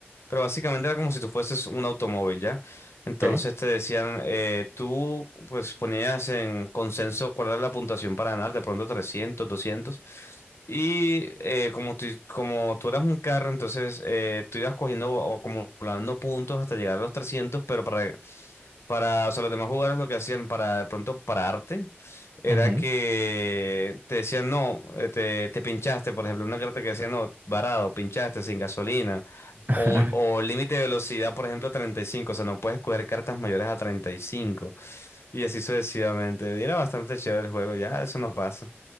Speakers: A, on the left; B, on the right.
A: Pero básicamente era como si tú fueses un automóvil, ¿ya? Entonces
B: Ok.
A: te decían, eh, tú pues ponías en consenso cuál era la puntuación para ganar, de pronto trescientos doscientos Y eh, como tú, como tú eras un carro, entonces eh, tú ibas cogiendo o acumulando puntos hasta llegar a los trescientos pero para para, o sea, los demás jugadores lo que hacían para de pronto pararte era
B: ujú.
A: que te decían no, eh, te, te pinchaste, por ejemplo, una carta que decía no, varado, pinchaste sin gasolina,
B: <laughs>
A: o, o límite de velocidad, por ejemplo, treinta y cinco o sea, no puedes coger cartas mayores a 35, y cinco, y así sucesivamente. Y era bastante chévere el juego, ya eso no pasa.